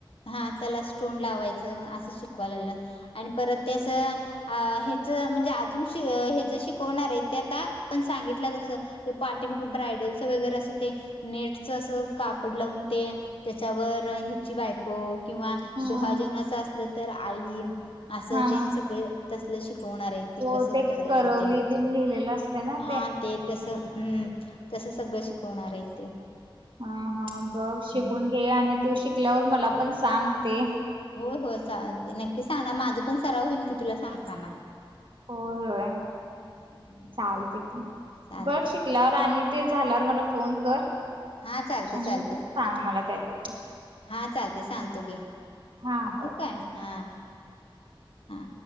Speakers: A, on the left; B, on the right.
A: हा त्याला स्टोन लावायचं असं शिकवा लागल्यात आणि परत ते अस अ हेच म्हणजे अजून श हेज शिकवणार आहे ते आता पण सांगितलं तसं ते पाठीमाग ब्रायडलच वगैरे असं ते नेटच अस कापड लावून ते त्याच्यावर ह्याची बायक को किंवा
B: हा
A: डोहाळ जेवणाच असलं तर आई असं
B: हा
A: तेन सगळ तसल शिकवणार आहेत ते
B: हो
A: कसं करायचं
B: करवली
A: ते
B: तीन लिहिलेलं असते ना
A: हा ते तस हम्म तस सगळं शिकवणार आहेत ते
B: हा हा बघ शिकून
A: हम्म
B: घे आणि तू शिकल्यावर मला पण सांग ते.
A: होय होय चालते नक्की सांगणार माझं पण सराव होईल की तुला सांगताना.
B: होय होय
A: हम्म
B: चालते की
A: चालते
B: बघ शिकल्यावर आणि ते झाल्यावर मला फोन कर
A: हा चालते
B: आणि
A: चालते
B: सांग मला काय ते
A: हा चालतय सांगतो की
B: हा बर
A: ठेऊ काय हा हां